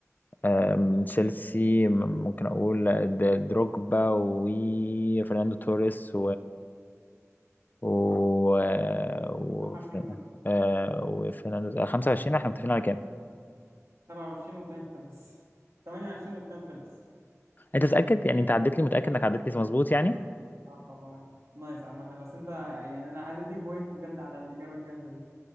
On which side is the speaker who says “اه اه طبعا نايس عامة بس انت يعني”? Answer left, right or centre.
Right